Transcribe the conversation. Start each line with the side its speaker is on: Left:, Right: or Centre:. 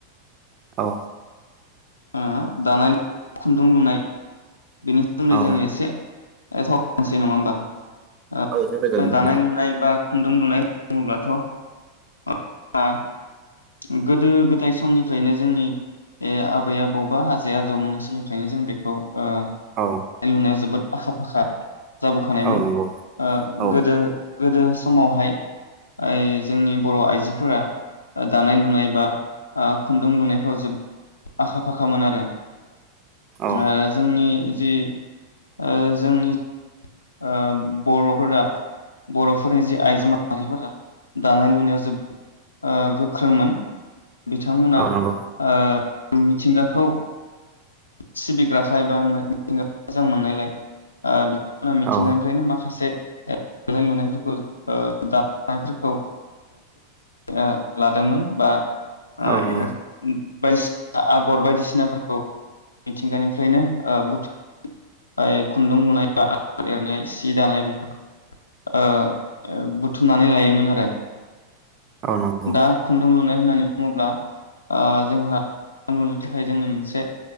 Right: औ
Left: उम दानाय खुन्दुं लुनाय बेनि सोमोन्दै
Right: औ
Left: जों एसे <unintelligible> नङा होमबा ओ
Right: सावरायजागोन नोंथां
Left: दानाय लुनाय बा खुन्दुं लुनाय बुङोब्लाथ <unintelligible> गोदो गोदाय समनिफ्रायनो जोंनि ए आबै आबौ बा आजै आजौमोननि समनिफ्रायनो जों बेखौ ओ
Right: औ
Left: लुनायाव जोबोद आखा फाखा जाबोखानायमोन
Right: औ नंगौ
Left: ओ
Right: औ
Left: गोदो गोदो समावहाय आइ जोंनि बर आइजोफोरा दानाय लुनाय बा ओ खुन्दुं लुनायफ्राव जोबोद आखा फाखामोन आरो। ओ
Right: औ
Left: जोंनि जि ओ जोंनि ओ बर'फोरा बर'फोरनि जि आइजो माहारिफोरा दानाय लुनायाव जोबोद गोख्रोंमोन। बिथांमोना
Right: औ नंगौ
Left: ओ उ मिथिंगाखौ। सिबिग्राखाय बा मिथिंगा मोजां मोननायलाय ओ ना मिथिंगानिफ्रायनो
Right: औ
Left: माखासे ए दानाय लुनायफोरखौ ओ दानायफोरखौ <unintelligible> लादोंमोन बा ओ <unintelligible>
Right: नंगौ
Left: बायदिसिना आगर बायदिसिनाफोरखौ। मिथिंगानिफ्रायनो ओ बुथुम खुन्दुं लुनाय बा आगर एरनाय सि दानाय बेफोरखौ ओ बुथुमनानै लायोमोन आरो।
Right: औ नंगौ
Left: दा खुन्दुं लुनाय होननाय होननानै बुङोब्ला ओ जोंहा थाखाय जोंनो मोनसे